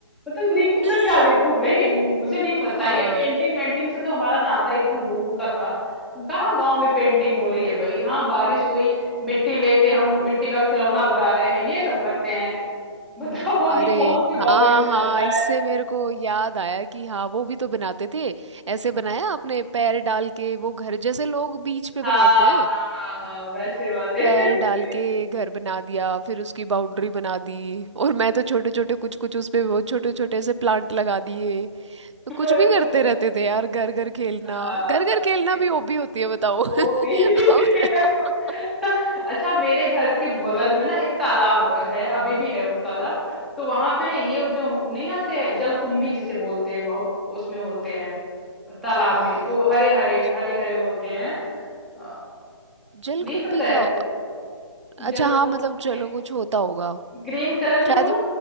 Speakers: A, in the centre; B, on the right (about 70°).
A: मतलब लिखूं
B: <laughs>
A: तो क्या लिखूं भाई मुझे नहीं पता
B: हाँ
A: ये पेंटिंग वेंटिंग से तो हमारा नाता ही एकदम दूर का था कहाँ गांव में पेंटिंग हो रही है भाई हाँ बारिश हुई मिट्टी लेके हम मिट्टी का खिलौना बना रहे हैं ये सब करते हैं बताओ
B: अरे
A: ये कौन सी हॉबीज
B: हाँ
A: में
B: हाँ
A: आता
B: इससे
A: है
B: मेरे को याद आया कि हाँ वो भी तो बनाते थे ऐसे बनाया आपने पैर डाल के वो घर जैसे लोग बीच पे बनाते
A: हाँ
B: हैं
A: हाँ हाँ वैसे वाले <laughs>
B: पैर
A: सही
B: डाल के घर बना दिया फिर उसकी बाउंड्री बना दी और मैं तो छोटे छोटे कुछ कुछ उसपे वो छोटे छोटे से प्लांट लगा दिए तो
A: <laughs>
B: कुछ भी
A: घर
B: करते
A: जैसे
B: रहते थे यार घर घर खेलना
A: हाँ
B: घर
A: हाँ
B: घर खेलना
A: ये
B: भी हॉबी होती है बताओ <laughs> अब
A: वो भी <laughs>
B: ना-
A: अच्छा मेरे घर के बगल में ना एक तालाब है अभी भी है वो तालाब तो वहां पे ये जो नहीं आते हैं जलकुंभी जिसे बोलते हैं बहुत उसमें होते हैं तालाब
B: अ,
A: में जो हरे हरे
B: जल
A: हरे हरे होते हैं अ,
B: जलकुंभी
A: नहीं पता
B: क्या
A: है आपको
B: हुआ अच्छा
A: जलकुंभी
B: हाँ मतलब चलो कुछ होता होगा
A: ग्रीन कलर के
B: शायद
A: वो ना